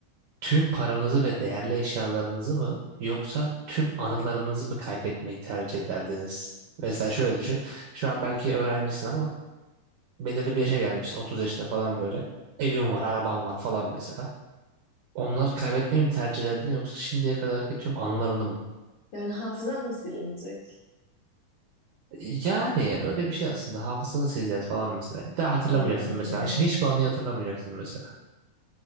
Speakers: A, on the right (about 75°); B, on the left (about 65°).
A: Tüm paranızı ve değerli eşyalarınızı mı yoksa tüm anılarınızı mı kaybetmeyi tercih ederdiniz? Mesela şöyle düşün. Şu an belki öğrencisin ama belirli bir yaşa gelmişsin, 30 yaşında falan böyle. Evin var, araban var falan mesela. Onları kaybetmeyi mi tercih ederdin yoksa şimdiye kadarki tüm anılarını mı?
B: Yani hafızam mı silinecek?
A: Yani öyle bir şey aslında. Hafızanı sileceğiz falan mesela. Bir daha hatırlamayacaksın
B: Hmm.
A: mesela. Hiç, hiçbir anıyı hatırlamayacaksın mesela.